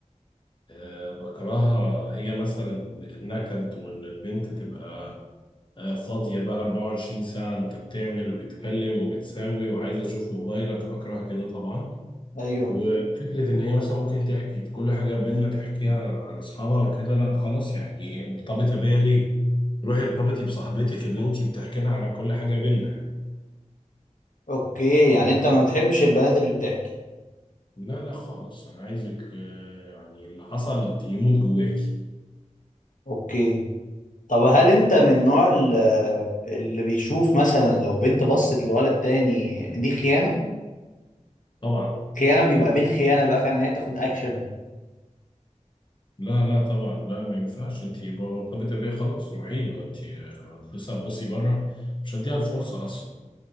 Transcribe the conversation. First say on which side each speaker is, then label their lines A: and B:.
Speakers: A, on the left (about 40°); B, on the left (about 85°).
A: آه بكرهها هي مثلا النكد وان البنت تبقى آه، فاضية بقى 24 ساعة أنت بتعمل وبتكلم وبتساوي وعايز أشوف موبايلك أكره كده طبعا
B: ايوه
A: وفكرة إن هي مثلا ممكن تحكي كل حاجة بينا تحكيها لأصحابها وكده لا خلاص يعني مرتبطة بيا ليه؟ روحي ارتبطي بصاحبتك اللي أنت بتحكي لها على كل حاجة بينا
B: اوكي يعني انت ما بتحبش البنات اللي بتحكي
A: لا لا خالص أنا عايزك آه، يعني اللي حصل يموت جواكي
B: اوكي طب هل انت من النوع ال- اللي بيشوف مثلا لو بنت بصت لولد تاني يعني دي خيانة
A: طبعا
B: خيانة بيبقى بالخيانة بقى فعلا ان هي تاخد اكشن
A: لا لا طبعا لا ما ينفعش أنت يبقى مرتبطة بيا خلاص روحي له أنت آه، بصي بره مش هديها الفرصة أصلا